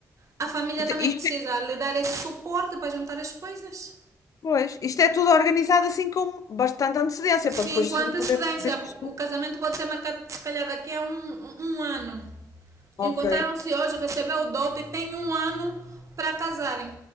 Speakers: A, on the right (about 55°); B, on the left (about 60°).
A: A família
B: E te-
A: também
B: Isto
A: precisa
B: é,
A: lhe dar esse suporte para juntar as coisas.
B: pois, isto é tudo organizado assim com bastante antecedência
A: Sim,
B: para depois
A: com
B: se
A: antecedência.
B: poder fazer isto.
A: O casamento pode ser marcado, se calhar, daqui a um, um ano.
B: Ok.
A: Encontraram-se hoje, recebeu o dote e tem um ano para casarem.